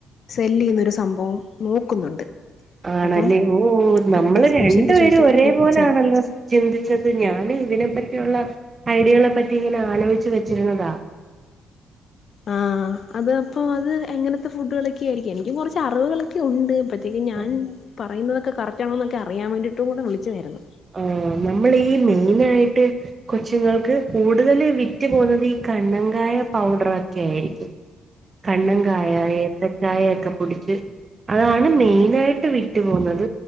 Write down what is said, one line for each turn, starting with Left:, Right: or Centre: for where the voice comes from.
Left: സെല്ലെയ്യ്‌ന്നൊരു സംഭവം നോക്കുന്നുണ്ട്.
Right: ആണല്ലേ
Left: അപ്പം
Right: ഓഹ് ഓഹ് നമ്മള്
Left: അതിന്റെ ഒരു സംശയമൊക്കെ
Right: രണ്ടു പേരും
Left: ചോദിക്കാൻ
Right: ഒരേ
Left: വേണ്ടി വിളിച്ചതാ
Right: പോലാണല്ലോ. ചിന്തിച്ചത്. ഞാനും ഇതിനെപ്പറ്റിയുള്ള ഐഡിയകളെ പറ്റി ഇങ്ങനെ ആലോചിച്ചു വെച്ചിരുന്നതാ.
Left: ആഹ് അത് അപ്പ അത് എങ്ങനത്തെ ഫുഡുകളൊക്കെ ആയിരിക്കും എനിക്കും കൊറച്ച് അറിവുകളൊക്കെ ഉണ്ട്. ബ റ്റെങ്കി ഞാൻ
Right: ആഹ്
Left: പറയുന്നതൊക്കെ കറക്റ്റാണൊന്നൊക്കെ അിയാൻ വേണ്ടിയിട്ടും കൂടെ വിളിച്ചതേര്ന്നു.
Right: ആഹ് നമ്മളീ മെയിനായിട്ട് കൊച്ചുങ്ങൾക്ക് കൂടുതല് വിറ്റ് പോവ്ന്നത് ഈ കണ്ണങ്കായ പൗഡറൊക്കെ ആയിരിക്കും. കണ്ണങ്കായ ഏത്തക്കായൊക്കെ പൊടിച്ച്. അതാണ് മെയിനായിട്ട് വിറ്റു പോവുന്നത്